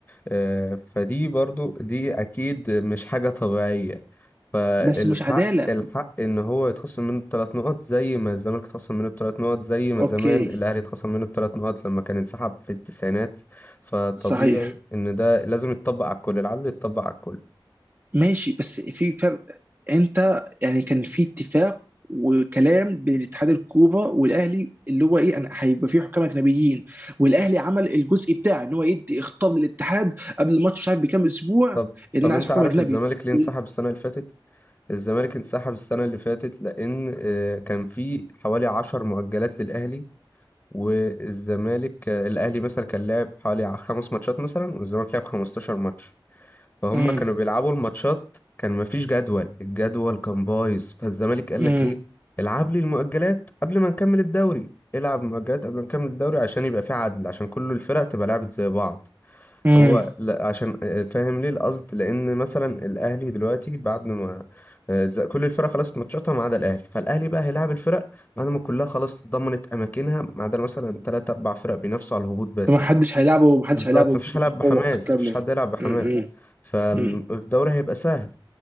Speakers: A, on the left; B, on the right.
A: آه، فدي برضو دي اكيد مش حاجة طبيعية فالحق
B: بس مش عداله
A: الحق ان هو يتخصم منه الثلاث نقط زي ما الزمالك اتخصم منه الثلاث نقط زي ما
B: اوكي
A: زمان الاهلي اتخصم منه الثلاث نقط لما كان انسحب في التسعينات فطبيعي
B: صحيح
A: ان ده لازم يتطبق على الكل العدل يتطبق على الكل
B: ماشي بس في فرق انت يعني كان في اتفاق وكلام بين اتحاد الكوره والاهلي اللي هو ايه انا هيبقى في حكام اجنبيين والاهلي عمل الجزء بتاعه ان هو يدي اختار للاتحاد قبل الماتش مش عارف بكام اسبوع
A: طب
B: ان
A: طب
B: انا
A: انت
B: عايز حكام
A: عارف
B: اجنبي
A: الزمالك ليه انسحب
B: وال-
A: السنة اللي فاتت الزمالك انسحب السنة اللي فاتت لأن آه، كان في حوالي عشر مؤجلات للأهلي والزمالك آه، الاهلي مثلا كان لعب حوالي ع- خمس ماتشات مثلا والزمالك لعب 15 ماتش فهم
B: مم.
A: كانوا بيلعبوا الماتشات كان مفيش جدول الجدول كان بايظ فالزمالك قال
B: امم
A: لك ايه العب لي المؤجلات قبل ما نكمل الدوري العب مؤجلات قبل ما نكمل الدوري عشان يبقى في عدل عشان كل الفرق تبقى لعبت زي بعض
B: امم
A: هو لا عشان آه، فاهم ليه القصد لان مثلا الاهلي دلوقتي بعد ما آه، ز- كل الفرق خلاص ماتشاتها ما عدا الاهلي فالاهلي بقى هيلاعب الفرق بعد ما كلها خلاص ضمنت اماكنها ما عدا مثلا 3 4 فرق بينافسوا على الهبوط بس
B: فما حدش هيلعبه ما حدش
A: بالظبط
B: هيلعبه
A: مفيش
B: ب-
A: هيلعب
B: بقوه
A: بحماس
B: كامله
A: مفيش حد يلعب بحماس
B: امم
A: فالدوري
B: امم
A: هيبقى سهل